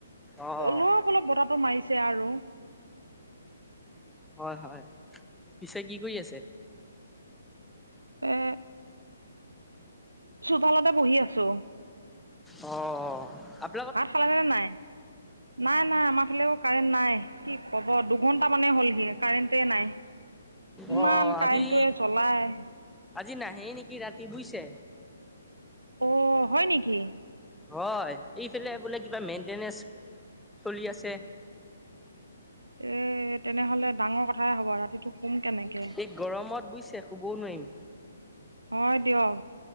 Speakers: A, in the centre; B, on the right (about 80°).
A: অ
B: অলপ
A: অ।
B: অলপ বতাহটো মাৰিছে আৰু।
A: হয়-হয়, পিছে কি কৰি আছে।
B: এ, চোতালতে বহি আছো।
A: অ', আপ
B: ভাত খালেনে নাই, নাই-নাই আমাৰ ফালেও কাৰেণ্ট নাই, কি ক'ব দুঘণ্টামানেই হ'লহি কাৰেণ্টেই নাই। ইমান
A: অ আজি
B: কাৰেণ্টটোয়ে জ্বলাই।
A: আজি নাহেই নেকি ৰাতি বুজিছে?
B: অ হয় নিকি?
A: হয়, এইফালে বোলে কিবা মেইনটেনেঞ্চ চলি আছে।
B: এই তেনেহ'লে ডাঙৰ কথাই হ'ব ৰাতিটো শুম কেনেকে?
A: এই গৰমত বুজিছে শুবও নোৱাৰিম।
B: হয় দিয়ক।